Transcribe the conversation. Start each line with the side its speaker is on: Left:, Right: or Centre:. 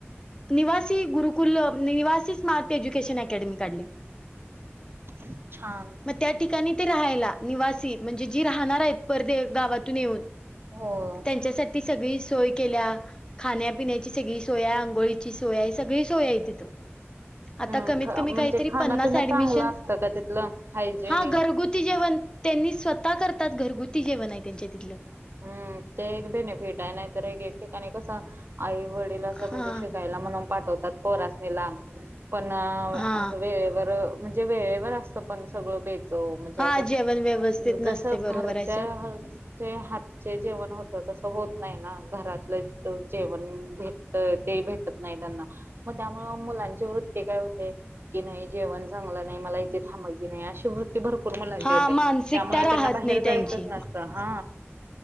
Left: निवासी गुरुकुल निवासी स्मार्ट एज्युकेशन अकॅडमी काढल्या अअ <unintelligible>
Right: च छान
Left: मग त्या ठिकाणी ते राहायला निवासी म्हणजे जी राहणार आहेत परदे गावातून येऊन
Right: हो
Left: त्यांच्यासाठी सगळी सोय केल्या खाण्यापिण्याची सगळी सोय आघोळीची सोय आहे सगळी सोय आहे तिथं आता
Right: हम्म
Left: कमीत
Right: ख-
Left: कमी
Right: म्हणजे
Left: काहीतरी
Right: खाणं
Left: पन्नास
Right: पिणं
Left: ऍडमिशन
Right: चांगलं असतं का तिथलं हायजेनिक?
Left: हा घरगुती जेवण त्यांनी स्वतः करतात घरगुती जेवण आहे त्यांच्या तिथलं
Right: हम्म ते एक बेनिफिट आहे नाहीतर एक ठिकाणी कस आईवडील म्हणजे
Left: हा
Right: शिकायला म्हणून पाठवतात पोरासणी लांब पण अस
Left: हा
Right: वेळेवर म्हणजे वेळेवर असतं पण सगळं बेत त म्हणजे
Left: हा
Right: असं
Left: जेवण व्यवस्थित
Right: अ
Left: नसते
Right: जस
Left: बरोबर
Right: घरच्या
Left: आहे सर
Right: जे हातचे जेवण होतं तसं होत नाही ना घरातलं पण जेवण भेटतय ते भेटत नाही त्यांना मग त्यामुळे मुलांची वृत्ती काय होते की नाही जेवण चांगलं नाही मला इथे थांबायची नाही अशी वृत्ती भरपूर मुलांचे
Left: हा
Right: होते
Left: मानसिकता
Right: त्यामुळे
Left: राहत
Right: त्यांना बाहेर
Left: नाही त्यांची
Right: जायचंच नसतं हा